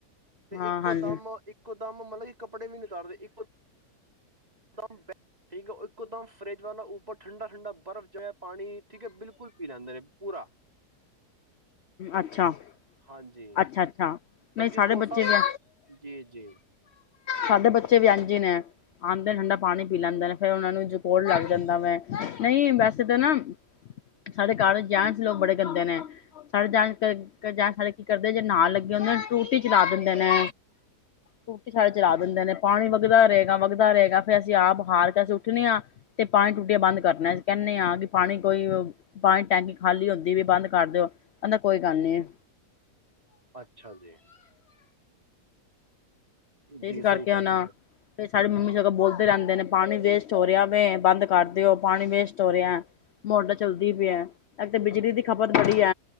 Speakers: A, on the right (about 25°); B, on the left (about 70°).
A: ਤੇ
B: ਹਾਂ
A: ਇੱਕੋ
B: ਹਾਂਜੀ
A: ਦਮ ਇੱਕੋ ਦਮ ਮਤਲਬ ਕਿ ਕੱਪੜੇ ਵੀ ਨੀ ਤਾਰਦੇ ਇੱਕ ਦਮ ਠੀਕ ਆ ਉਹ ਇੱਕੋ ਦਮ ਫਰਿਜ ਵਾਲਾ ਉੱਪਰ ਠੰਡਾ ਠੰਡਾ ਬਰਫ਼ ਜਿਹਾ ਪਾਣੀ ਠੀਕ ਹੈ। ਬਿਲਕੁਲ ਪੀ ਲੈਂਦੇ ਨੇ ਪੂਰਾ।
B: ਅੱਛਾ
A: ਹਾਂਜੀ
B: ਅੱਛਾ ਅੱਛਾ ਨਹੀਂ
A: ਬਲਕਿ
B: ਸਾਡੇ
A: ਕੋਸਾ
B: ਬੱਚੇ ਵੀ
A: ਜੀ ਜੀ
B: ਸਾਡੇ ਬੱਚੇ ਵੀ ਇੰਝ ਹੀ ਨੇ ਆਂਦੇ, ਠੰਡਾ ਪਾਣੀ ਪੀ ਲੈਂਦੇ ਨੇ, ਫੇਰ ਉਹਨਾਂ ਨੂੰ ਜ ਕੋੋਲਡ ਲੱਗ ਜਾਂਦਾ ਵੇ ਨਹੀਂ ਵੈਸੇ ਤਾਂ ਨਾ ਸਾਡੇ ਘਰ ਜੈਡਸ ਲੋਕ ਬੜੇ ਗੰਦੇ ਨੇ। ਸਾਰੇੇ ਜਾਣ ਜਾ <unintelligible> ਕੀ ਕਰਦੇ ਜੇ ਨਾਲ ਲੱਗੇ ਹੁੰਦੇ ਨੇ ਟੁੱਟੀ ਚਲਾ ਦਿੰਦੇ ਨੇ ਟੁੱਟੀ ਸਾਰੇ ਚਲਾ ਦਿੰਦੇ ਨੇ ਪਾਣੀ ਵ ਵਗਦਾ ਰਹੇਗਾ, ਵਗਦਾ ਰਹੇਗਾ ਫਿਰ ਅਸੀਂ ਆਪ ਹਾਰ ਕੇ ਜਦ ਅਸੀਂ ਉੱਠਣੇ ਹਾਂ ਤੇ ਪਾਣੀ ਟੁਟੀਆ ਬੰਦ ਕਰਨਾ। ਕਹਿਣੇ ਹਾਂ ਕਿ ਪਾਣੀ ਕੋਈ ਪਾਣੀ ਟੈਂਕੀ ਖਾਲੀ ਹੁੰਦੀ ਵੀ ਬੰਦ ਕਰ ਦਿਓ। ਕਹਿੰਦੇ ਕੋਈ ਗੱਲ ਨੀ
A: ਅੱਛਾ ਜੀ
B: ਤੇ
A: ਜੀ
B: ਇਸ ਕਰਕੇ
A: ਸਹੀ ਕਹਿੰਦੇ
B: ਹੁਣ
A: ਹੋ।
B: ਫਿਰ ਸਾਡੀ ਮੰਮੀ ਸਗੋਂ ਬੋਲਦੇ ਰਹਿੰਦੇ ਨੇ ਪਾਣੀ ਵੇਸਟ ਹੋ ਰਿਹਾ ਵੇ ਬੰਦ ਕਰ ਦਿਓ ਪਾਣੀ ਵੇਸਟ ਹੋ ਰਿਹਾ। ਮੋਟਰ ਚੱਲਦੀ ਪਈ ਏ ਇਕ ਤੇ ਬਿਜਲੀ ਦੀ ਖਪਤ ਬੜੀ ਏ